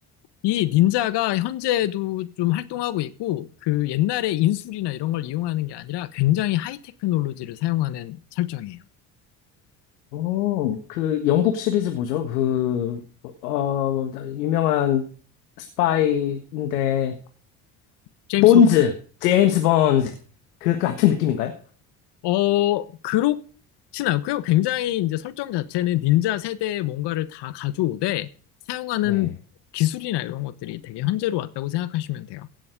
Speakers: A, on the left; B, on the left.
A: 이 닌자가 현재도 좀 활동하고 있고, 그 옛날에 인술이나 이런 걸 이용하는 게 아니라 굉장히 하이 테크놀로지를 사용하는 설정이에요.
B: 오, 그 영국 시리즈 뭐죠? 그, 어, 뭐, 유명한 스파이인데,
A: 제임스
B: 본즈, 제임스 본즈. 그 같은 느낌인가요?
A: 어, 그렇진 않고요. 굉장히 이제 설정 자체는 닌자 세대의 뭔가를 다 가져오되 사용하는
B: 네.
A: 기술이나 이런 것들이 되게 현재로 왔다고 생각하시면 돼요.